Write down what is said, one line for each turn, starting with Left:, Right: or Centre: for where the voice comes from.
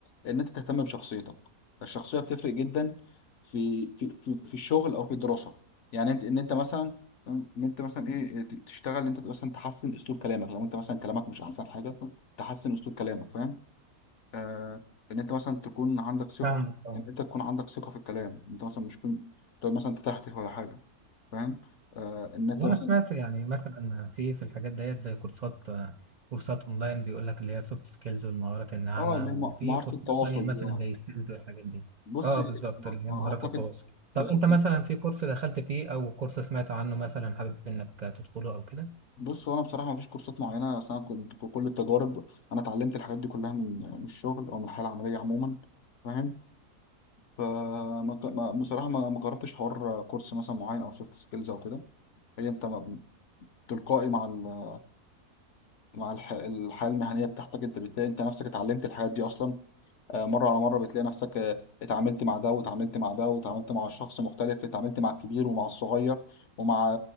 Left: إن أنت تهتم بشخصيتك الشخصية بتفرق جدا في في في, في الشغل أو في الدراسة يعني انت ان انت مثلا ان انت مثلا ايه إيه، ت- تشتغل انت مثلا تحسن اسلوب كلامك لو انت مثلا كلامك مش احسن حاجه تحسن اسلوب كلامك فاهم آه ان انت مثلا تكون عندك ثقه
Right: فاهمك
Left: في...
Right: اه
Left: ان انت تكون عندك ثقه في الكلام انت مثلا مش تكون تقعد مثلا تتهته ولا حاجه فاهم آه ان انت
Right: وانا
Left: مثلا
Right: سمعت يعني مثلا في في الحاجات ديت زي كورسات كورسات اونلاين بيقول لك اللي هي سوفت سكيلز والمهارات الناعمه
Left: اه اللي هي
Right: وفي
Left: م- مهاره
Right: كورسات
Left: التواصل
Right: تانية مثلا
Left: دي اه
Right: زي سكيلز والحاجات دي
Left: بص
Right: اه بالظبط اللي هي
Left: آه،
Right: مهارات
Left: اعتقد
Right: التواصل طب
Left: بالظبط
Right: انت مثلا في كورس دخلت فيه او كورس سمعت عنه مثلا حابب انك تدخله او كده
Left: بص هو انا بصراحه ما فيش كورسات معينه بس انا كنت كل التجارب انا اتعلمت الحاجات دي كلها من من الشغل او من الحياه العمليه عموما فاهم فما ط- ما- بصراحة ما ما جربتش حوار كورس مثلا معين أو سوفت سكيلز أو كده هي أنت ما- تلقائي مع ال- مع الح- الحياة المهنية بتاعتك أنت بتلاقي أنت نفسك اتعلمت الحاجات دي أصلا آه، مرة على مرة بتلاقي نفسك آه، اتعاملت مع ده واتعاملت مع ده واتعاملت مع شخص مختلف اتعاملت مع الكبير ومع الصغير ومع